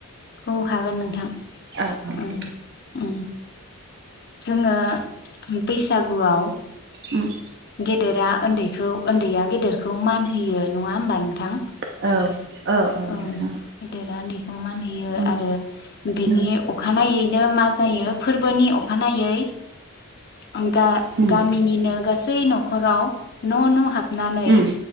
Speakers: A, on the left; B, on the right.
A: औ हागोन नोंथां
B: औ औ दे
A: ओं ओं जोङो बैसागुआव
B: उम
A: गेदेरा उन्दैखौ, उन्दैया गेदेरखौ मान होयो नङा होमबा नोंथां?
B: औ औ औ
A: ओं
B: नोंथां
A: गेदेरा उन्दैखौ मानहैयो
B: उम
A: आरो बिनि
B: उम
A: अखानायैनो मा जायो फोरबोनि अखानायै आं दा
B: उम
A: गामिनिनो गासै न खराव न' न' हाबनानै
B: उम